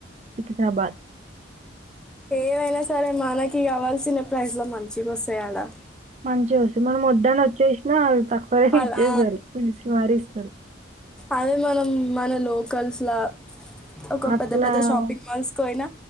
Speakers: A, on the right; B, in the centre.
A: సికింద్రాబాద్
B: ఏవైనా సరే మనకి గావాల్సిన ప్రైస్ లో మంచిగా వస్తాయాడా
A: మంచిగా వస్తయ్ మనం వొద్దని వచ్చేసిన తక్కువ జేసి
B: అలా
A: ఇచ్చేస్తరు పిలిసి మరీ ఇస్తరు
B: అదే మనం మన లోకల్స్ లా ఒక
A: అట్లా
B: పెద్ద పెద్ద షాపింగ్ మాల్స్ కి పోయినా